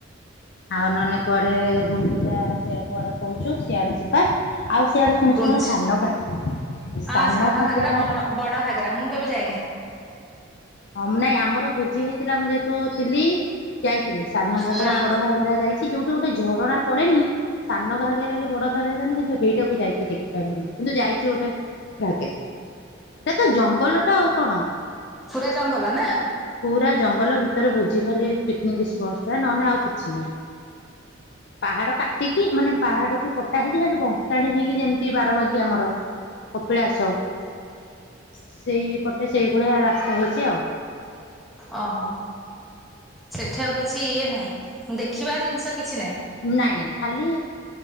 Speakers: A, on the left; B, in the centre.
A: ଆଉ ନହେଲେ କୁଆଡେ ଗୁଣ୍ଡିଚା ସେୟା କୁଆଡେ କହୁଚୁ ସିଆଡେ ଯିବା ଆଉ ସିଆଡେ ଶୁଣିଚି
B: ଗୁଞ୍ଚ୍
A: କଣ ସାନଗାଁ
B: ହଁ
A: ସାନ ଘାଗେରା
B: ଘାଗରା ବନ ବଡ ଘାଗେରା ମୁଁ କେବେ ଯାଇନି।
A: ହଁ ମୁଁ ନାଇଁ ଆମର ଭୁଜି ହେଇଥିଲା ମୁଁ ଯେହେତୁ ଥିଲି ଯାଇଥିଲି ସାନ ଘାଗରା
B: ହଁ
A: ବଡ ଘାଗରା ଯାଇ ଯୋଉଠି ଗୁଟେ ଝରଣା ପଡେନି ସାନ ଘାଗର କି ବଡ ଘାଗରା ଜାଣିନି କିନ୍ତୁ ହେଇଟାକୁ ଯାଇକି ଦେଖି ପାଇଲିନି କିନ୍ତୁ ଯାଇଛି ଗୋଟେ ଘାଗେରା ହେଟା ତ ଜଙ୍ଗଲ ଟା ଆଉ କଣ?
B: ପୁରା ଜଙ୍ଗଲ ନା?
A: ପୁରା ଜଙ୍ଗଲ ଭିତରେ ଭୋଜି ଖାଲି ପିକିନିକ୍ ସ୍ପଟ ଟା ନହେଲେ ଆଉ କିଛି ନାହିଁ। ପାହାଡ କାଟିକି ମାନେ ପାହାଡ କୁ କଟା ହେଇକି ଖାଲି ବଙ୍କାଡି ହେଇକି ଯେମି କି ବାରବାକି ଆମର କପିଳାସ। ସେଇପଟେ ସେଇ ଭଳିଆ ରାସ୍ତା ହେଇଚି ଆଉ।
B: ଅହ। ସେଠି ଆଉ କିଛି ଇଏ ନାହିଁ ଦେଖିବା ଜିନିଷ କିଛି ନାହିଁ।
A: ନାଇଁ ନାଇଁ ଖାଲି